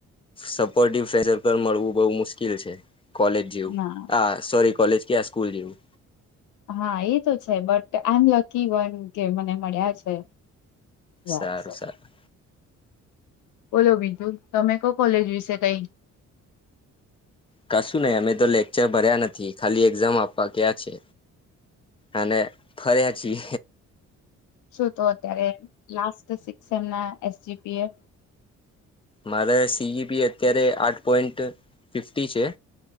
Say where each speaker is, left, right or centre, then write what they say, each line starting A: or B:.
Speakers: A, on the left (about 20°); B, on the left (about 80°).
A: સપોર્ટિવ ફ્રેન્ડ સર્કલ મળવું બહુ મુશ્કીલ છે. કોલેજ જેવું
B: ના
A: આ સોરી કોલેજ કે આ સ્કૂલ જેવું
B: હા એ તો છે બટ આ એમ લકી વન કે મને મળ્યા છે. યા
A: સારું
B: સ
A: સારું
B: બોલો બીજું, તમે કો કોલેજ વિશે કઈ?
A: કશું નહી અમે તો લેક્ચર ભર્યા નથી. ખાલી એક્ઝામ આપવા ગયા છે. અને ફર્યાં જી
B: શું તો અત્યારે લાસ્ટ સિક્સ એમ ના એસજીપી એ
A: મારા સીઈપી અત્યારે આઠ પોઈન્ટ ફિફ્ટી છે.